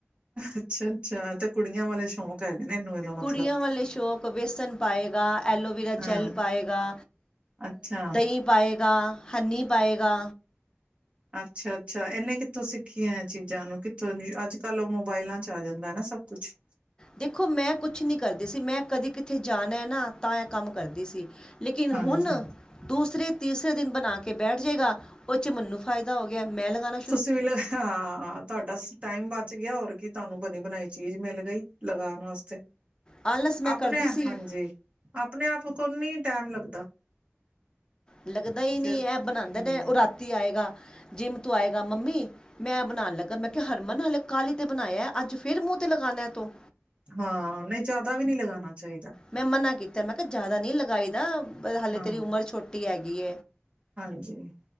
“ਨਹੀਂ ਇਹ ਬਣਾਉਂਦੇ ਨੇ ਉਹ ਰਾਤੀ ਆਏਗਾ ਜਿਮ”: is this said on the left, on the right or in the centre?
Left